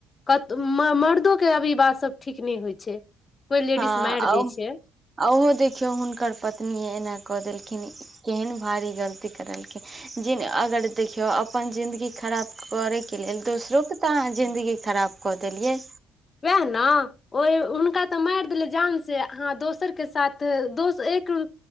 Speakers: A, on the left; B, on the right.
A: कत म मर्दो के अब ई बात सब ठीक नै होइ छै कोइ लेडीज
B: हँ
A: मारि
B: आ ओ
A: दै छै
B: ओहो देखियौ हुनकर पत्नी एना कऽ देलखिन केहन भारी गलती करलखिन जिन अगर देखियौ अपन जिन्दगी खराब करै के लेल दोसरोके तऽ अहाँ जिन्दगी खराब कऽ देलियै
A: वएह न ओहि हुनका तऽ मारि देलियै जान से अहाँ दोसरके साथ दोस एक